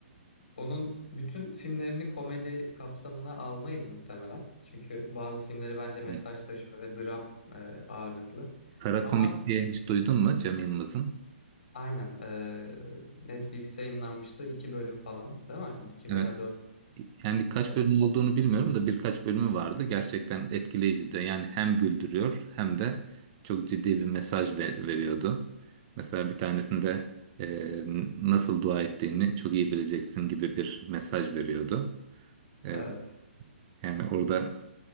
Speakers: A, on the left; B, on the right.
A: Onun bütün filmlerini komedi kapsamına almayız muhtemelen. Çünkü bazı filmleri bence mesaj
B: Evet.
A: taşıyor ve dram e, ağırlıklı.
B: Kara
A: Ama
B: Komik diye hiç duydun mu Cem Yılmaz'ın?
A: aynen e, Netflix'e yayınlanmıştı iki bölüm falan değil mi? İki
B: Evet.
A: veya dört.
B: Yani kaç
A: e,
B: bölüm olduğunu bilmiyorum da birkaç bölümü vardı. Gerçekten etkileyici de. Yani hem güldürüyor hem de çok ciddi bir mesaj ver- veriyordu. Mesela bir tanesinde e, nasıl dua ettiğini çok iyi bileceksin gibi bir mesaj veriyordu. E,
A: evet.
B: Yani orada